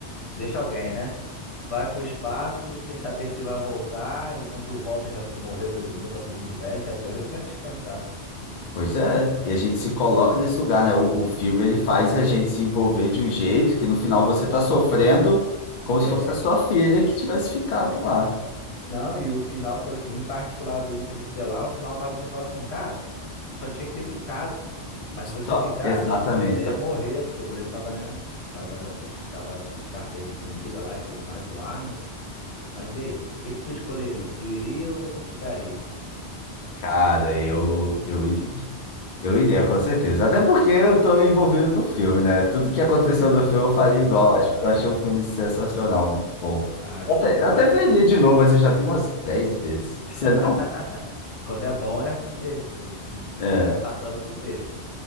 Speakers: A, on the left (about 70°); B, on the left (about 50°).
A: Deixa alguém, né? Vai pro espaço sem saber se vai voltar e quando volta já tu morreu todo mundo, tá todo mundo velho. Isso é aterrorizante de pensar.
B: Pois é, e a gente se coloca nesse lugar, né? O, o filme ele faz a gente se envolver de um jeito que no final você tá sofrendo como se
A: <laughs>
B: fosse a sua filha que tivesse ficado lá.
A: Não, e o final, por- em particular do Interestelar, o final faz você falar assim, cara, tu só tinha que ter ficado. Mas se você
B: Só-
A: ficasse,
B: Exatamente.
A: você ia morrer, porque o planeta tava, né? Tava, es- tava escassez de comida lá e tudo mais, o ar, né? Mas e aí? O que que tu escolheria? Tu iria ou tu ficaria?
B: Cara, eu, eu, iria- eu iria, com certeza. Até porque eu tô envolvido no filme, né? Tudo que aconteceu no filme eu faria igual.
A: Ah,
B: Acho que eu achei um filme sensacional, muito bom.
A: ah,
B: Eu
A: sei
B: até,
A: lá,
B: eu até
A: mano.
B: veria de novo, mas eu já vi umas 10 vezes.
A: <laughs>
B: Você não?
A: Quando é bom é assim mesmo. Tu se
B: É.
A: estiver passando, tu vê.